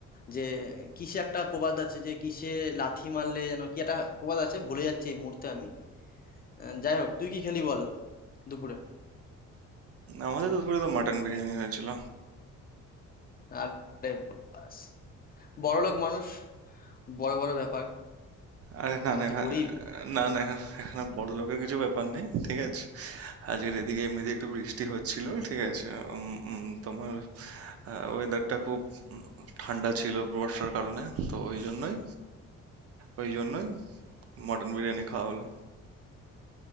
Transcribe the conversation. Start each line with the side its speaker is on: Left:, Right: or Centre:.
Left: যে কিসে একটা প্রবাদ আছে যে কিসে লাথি মারলে যেন কি একটা প্রবাদ আছে ভুলে যাচ্ছি এই মুহূর্তে আমি আহ, যাই হোক তুই কি খেলি বল দুপুরে
Right: আমাদের দুপুরে তো মাটন বিরিয়ানি হয়েছিল
Left: আরে বাস বড়লোক মানুষ বড় বড় ব্যাপার
Right: আরে না
Left: আমরা
Right: না এখা-
Left: তো গরিব
Right: না
Left: আমরা
Right: না এখা- এখানে বড় লোকের কিছু ব্যাপার নেই ঠিক আছে আজকের এদিকে এমনিতে একটু বৃষ্টি হচ্ছিল ঠিক আছে উম, উম, তোমার ওয়েদারটা খুব ঠান্ডা ছিল বর্ষার কারণে তো ওই জন্যই ওই জন্যই মটন বিরিয়ানি খাওয়া হলো